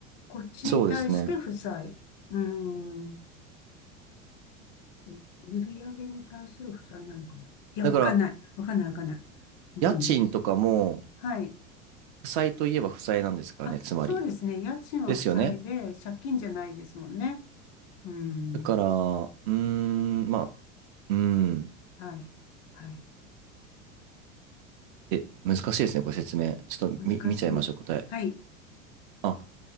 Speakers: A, on the left; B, on the right.
A: こっちに対して負債。
B: そうですね。
A: うーん、う売り上げに対する負債なのかな。いや、
B: だから、
A: わかんない。わかんない、わかんない。うん。
B: 家賃とかも、
A: はい。
B: 負債といえば負債なんですからね、
A: あ、
B: つまり。
A: そうですね。家賃は負債で、
B: ですよね。
A: 借金じゃないですもんね。うん。
B: だから、うーん、まあ、うーん。
A: はい。はい。
B: え、難しいですね、これ説明。ちょっと見、
A: 難しい。
B: 見ちゃいましょう、答え。
A: はい。
B: あ、